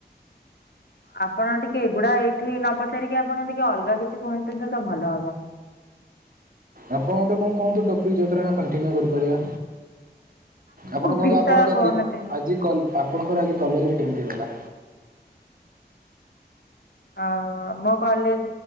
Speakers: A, on the left; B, on the right.
A: ଆପଣ ଟିକେ ଏଗୁଡା ଏଇଠି ନ ପଚାରିକି ଆପଣ ଟିକେ ଅଲଗା କିଛି କୁହନ୍ତୁ ତ ଭଲ ହବ।
B: ଆପଣ ଗୋଟେ କଣ କୁହନ୍ତୁ ଟପିକ ଯୋଉଥିରେ ଆମେ କଣ୍ଟିନ୍ୟୁ କରି କରିବା ଆପଣ କୁହନ୍ତୁ
A: ବିଷୟ
B: ଆପଣଙ୍କ
A: କହୁନାହାନ୍ତି
B: ଦି ଆଜି କ ଆପଣଙ୍କର ଆଜି କଲେଜରେ କେମିତି ଗଲା।
A: ଅ ମୋ କଲେଜ